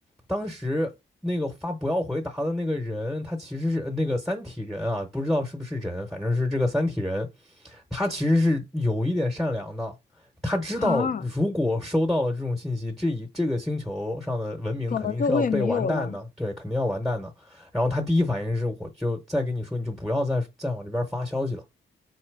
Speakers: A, in the centre; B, on the left (about 40°).
A: 当时那个发不要回答的那个人，他其实是呃那个三体人啊，不知道是不是人，反正是这个三体人，他其实是有一点善良的，他知道如果收到了这种信息，
B: 啊，
A: 这一这个星球上的文明肯定是要被完蛋的，
B: 可能就会没有了。
A: 对，肯定要完蛋的。然后他第一反应是，我就再跟你说，你就不要再再往这边发消息了，